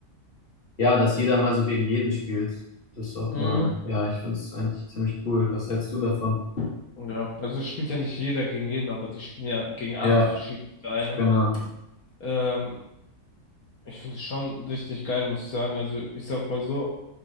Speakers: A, on the left (about 35°); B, on the left (about 65°).
A: dass jeder mal so gegen jeden spielt. Das ist auch
B: Mhm.
A: mal, ja, ich finde es eigentlich ziemlich cool. Was hältst du davon?
B: Ja, also es spielt ja nicht jeder gegen jeden, aber die spielen ja gegen acht
A: Ja,
B: verschiedene Vereine.
A: genau.
B: Ähm, ich finde es schon richtig geil, muss ich sagen. Also ich sag mal so,